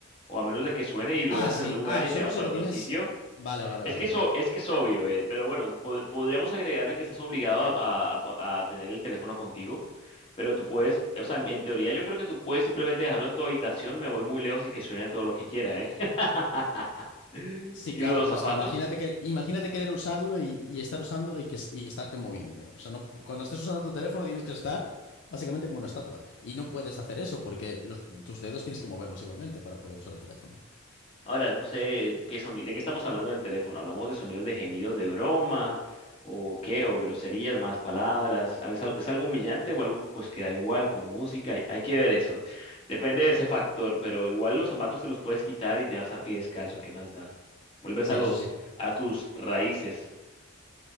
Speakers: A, on the left; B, on the left.
A: O a menos de que suene y lo
B: Ah,
A: dejas
B: sí.
A: en un lugar
B: Ah,
A: y
B: solo
A: te vas
B: si
A: para
B: lo
A: otro
B: tienes.
A: sitio.
B: Vale, vale,
A: Es
B: vale.
A: que eso, es que es obvio, ¿eh? Pero bueno, pod- podríamos agregarle que estás obligado a, a- a- a tener el teléfono contigo. Pero tú puedes, o sea, en teoría yo creo que tú puedes simplemente dejarlo en tu habitación, me voy muy lejos y que suene todo lo que quiera, ¿eh? <laughs> Y
B: Sí, claro,
A: lo de los
B: pero
A: zapatos.
B: es que imagínate que imagínate querer usarlo y, y estar usándolo y que y estarte moviendo. O sea, no, cuando estés usando tu teléfono tienes que estar básicamente como una estatua. Y no puedes hacer eso porque los- tus dedos tienes que moverlos igualmente para poder usar el teléfono.
A: Ahora, no sé qué sonido, de qué estamos hablando del teléfono. ¿Hablamos de sonidos de gemidos de broma o qué? ¿O groserías, malas palabras? ¿Al- ¿Es, al- es algo humillante o algo pues que da igual como música? Hay, hay que ver eso. Depende de ese factor, pero igual los zapatos te los puedes quitar y te vas a pie descalzo.
B: Claro.
A: ¿Qué más da? Vuelves
B: Sí,
A: a
B: eso
A: los
B: sí.
A: a tus raíces,